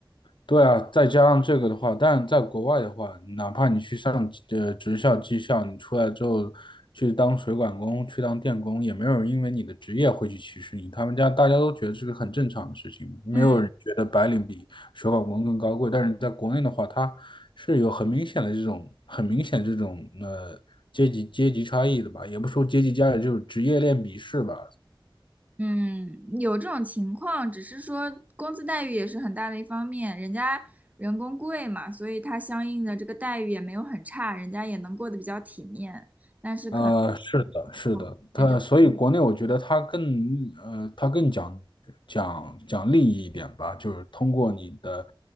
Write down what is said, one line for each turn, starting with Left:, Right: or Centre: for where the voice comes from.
Left: 对啊，再加上这个的话，但在国外的话，哪怕你去上呃职校、技校，你出来之后去当水管工、去当电工，也没有人因为你的职业会去歧视你。他们家大家都觉得这个很正常的事情，没有人觉得白领比水管工更高贵。
Right: 嗯。
Left: 但是在国内的话，它是有很明显的这种、很明显这种呃阶级阶级差异的吧，也不说阶级差异，就是职业链鄙视吧。
Right: 嗯，有这种情况，只是说工资待遇也是很大的一方面，人家人工贵嘛，所以他相应的这个待遇也没有很差，人家也能过得比较体面。但是可能
Left: 呃，是的，是的，
Right: 我们这边就
Left: 他所以国内我觉得他更呃，他更讲讲讲利益一点吧，就是通过你的